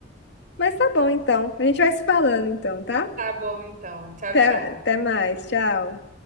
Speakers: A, on the left; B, on the right.
A: Mas tá bom, então. A gente vai se falando, então, tá?
B: Tá bom, então. Tchau,
A: Até,
B: tchau.
A: até mais. Tchau.